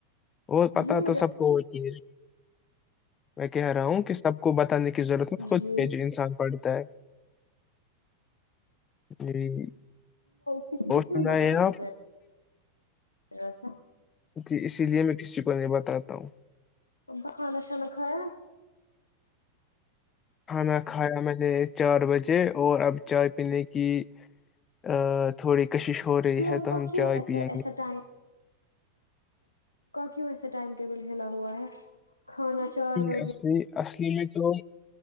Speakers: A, on the left (about 25°); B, on the left (about 80°).
A: اور پتع
B: جی مجھے
A: تو سب کو ہوتی میں کہہ رہا ہوں کس سب کو بتانے کی ضرورت خود
B: جی
A: پہ جو انسان پڑھتا ہے جی
B: ک کتیوں
A: اور سنا
B: بتانے
A: ہے
B: کی
A: آپ
B: ذر ا تھا
A: جی اسی لیے میں کسی کو نہیں بتاتا ہوں
B: ابا کھانا شانا کھایا
A: کھانا کھایا میں نے چار بجے اور اب چائے پینے کی ا تھوڑی کشش ہو رہی ہے
B: لوگوں
A: تو
B: کو
A: ہم
B: کیوں
A: چائے پیئیں
B: ٹیم
A: گے
B: کیوں ایسے ٹائم ٹیبل کھیلا ہوا ہے کھانا چار
A: یہ
B: بجے
A: اصلی اصلی میں تو